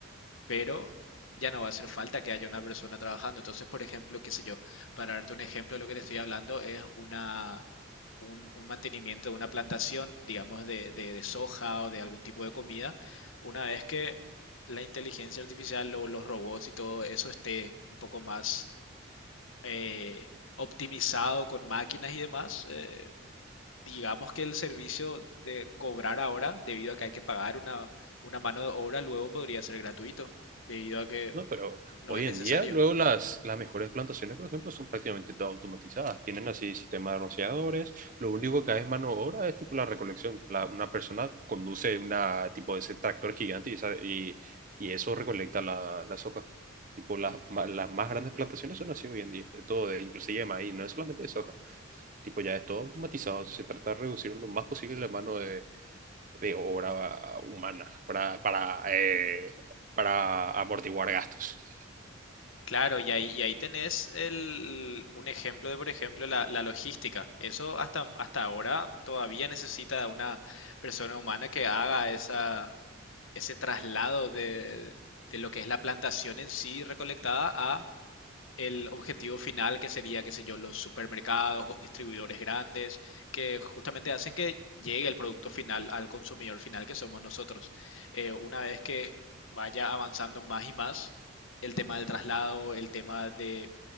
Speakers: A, on the left (about 85°); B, on the right (about 40°).
A: pero ya no va a hacer falta que haya una persona trabajando. Entonces, por ejemplo, qué sé yo, para darte un ejemplo, lo que te estoy hablando es una, un, un mantenimiento de una plantación, digamos, de, de, de soja o de algún tipo de comida, una vez que la inteligencia artificial o los robots y todo eso esté un poco más eh, optimizado con máquinas y demás, eh, digamos que el servicio de cobrar ahora, debido a que hay que pagar una, una mano de obra, luego podría ser gratuito, debido a que
B: No, pero
A: no
B: hoy
A: es necesario.
B: en día, luego las, las mejores plantaciones, por ejemplo, son prácticamente todas automatizadas. Tienen así sistemas de rociadores. Lo único que hay es mano de obra es tipo la recolección. La- una persona conduce una tipo de ese tractor gigante y, esa- y, y eso recolecta la, las hojas. Tipo, las, ma- las más grandes plantaciones son así hoy en día, de todo, de, inclusive de maíz, no es solamente de soja. Tipo, ya es todo automatizado. Se trata de reducir lo más posible la mano de, de obra ah, humana para, para, eh, para amortiguar gastos.
A: Claro, y ahí, y ahí tenés el, un ejemplo de, por ejemplo, la, la logística. Eso hasta, hasta ahora todavía necesita de una persona humana que haga esa, ese traslado de, de lo que es la plantación en sí recolectada a el objetivo final que sería, qué sé yo, los supermercados o distribuidores grandes que justamente hacen que llegue el producto final al consumidor final que somos nosotros. Eh, una vez que vaya avanzando más y más, el tema del traslado, el tema de